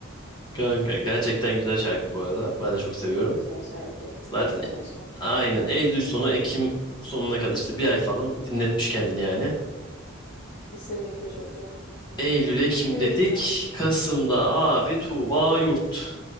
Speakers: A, on the left; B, on the left.
A: Kanka gerçekten güzel şarkı bu arada. Ben de çok seviyorum.
B: Çok güzel şarkı.
A: Zaten
B: Çok güzel şarkı.
A: aynen Eylül sonu Ekim sonuna kadar işte bir ay falan dinletmiş kendini yani.
B: Kesinlikle çok iyi.
A: Eylül Ekim
B: Evet
A: dedik.
B: hocam.
A: Kasım'da abi Tuğba Yurt